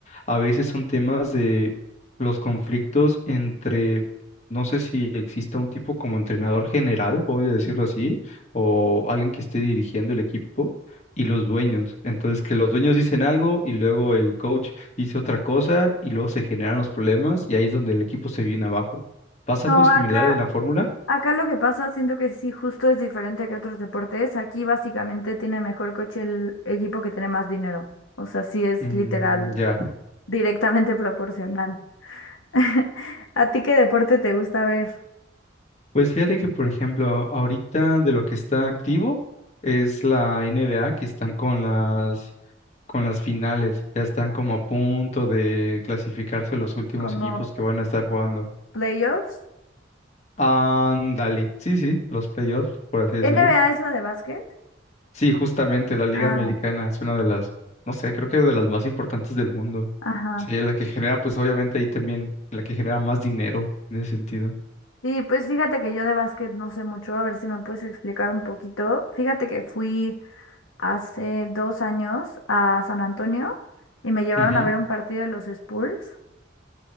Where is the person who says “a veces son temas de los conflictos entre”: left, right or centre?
Left